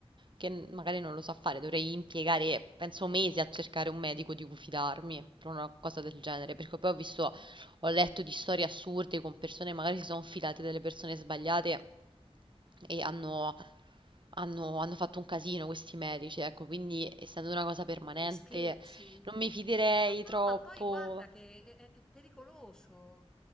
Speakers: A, on the right; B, in the centre.
A: che n- magari non lo so fare, dovrei impiegare, penso, mesi a cercare un medico di cui fidarmi per una cosa del genere, perché poi ho visto, ho letto di storie assurde con persone, magari si sono filate delle persone sbagliate e hanno, hanno- hanno fatto un casino questi medici, ecco, quindi essendo una cosa permanente
B: Mi scherzi?
A: non mi fiderei
B: Ma no,
A: troppo.
B: ma poi guarda che è, è- è pericoloso.